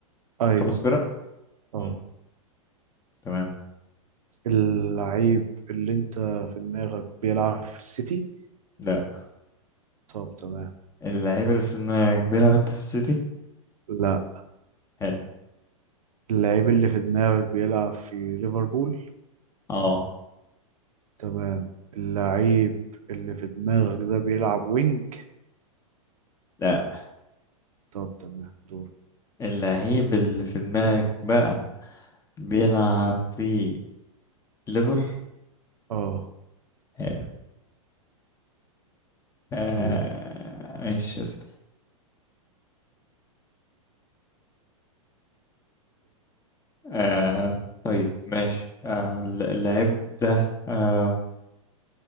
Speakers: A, on the right; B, on the left.
A: ايوه
B: خمس فرق
A: اه
B: مم. تمام
A: اللعيب اللي انت في دماغك بيلعب في السيتي
B: لا
A: طب تمام
B: اللعيب اللي في دماغك بيلعب انت في السيتي
A: لا
B: حلو
A: اللعيب اللي في دماغك بيلعب في ليفربول
B: اه
A: تمام اللعيب اللي في دماغك ده بيلعب وينج
B: لا
A: طب تمام دور
B: اللعيب اللي في دماغك بقى بيلعب في ليفر
A: اه
B: حلو آه
A: تمام
B: ماشي اسأل آه طيب ماشي آه اللعيب ده آه